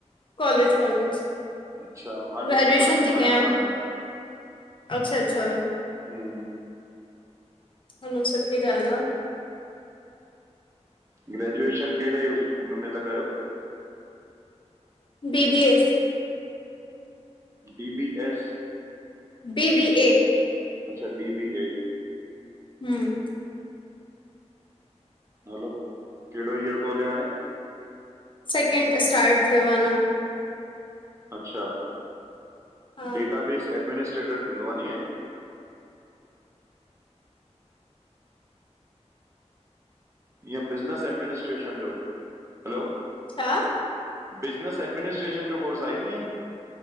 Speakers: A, on the left; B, on the right.
A: College- college.
B: अच्छा मां
A: ग्रेजुएशन
B: ट्यूशन पढ़ाईंदो
A: थी
B: आहियां
A: कयां
B: ॿारनि खे।
A: अच्छा- अच्छा।
B: हम्म
A: हलो सुठी ॻाल आ।
B: ग्रेजुएशन कहिड़े हुनमें ता कयो
A: B B A.
B: D B S?
A: B B A.
B: अच्छा, डी बी ए।
A: हम्म
B: हलो, केड़ो ईयर तो हले हाणे?
A: सेकेंंड स्टार्ट थियो आ अना।
B: अच्छा
A: हा
B: डेटा बेस एडमिनिस्ट्रेटर थींदो आ नी इएं? ईयं बिज़नस एडमिनिस्ट्रेशन जो? हलो,
A: छा?
B: बिज़नस एडमिनिस्ट्रेशन जो कोर्स आहे नीं ए?